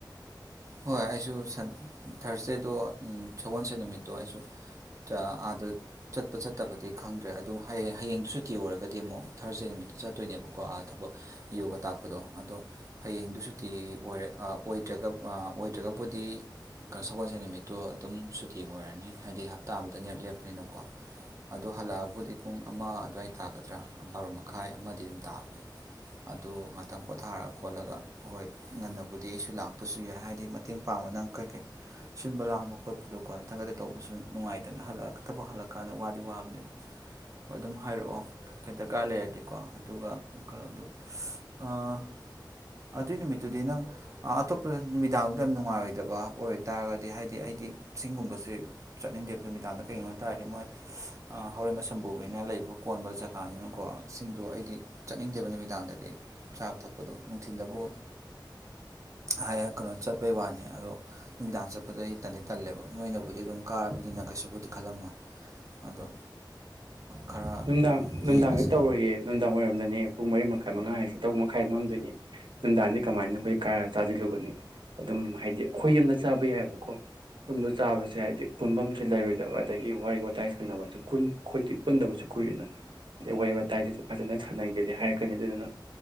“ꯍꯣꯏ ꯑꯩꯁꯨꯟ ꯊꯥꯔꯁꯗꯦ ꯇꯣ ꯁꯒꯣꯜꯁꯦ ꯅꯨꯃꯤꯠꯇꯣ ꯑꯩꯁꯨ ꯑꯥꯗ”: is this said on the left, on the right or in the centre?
Right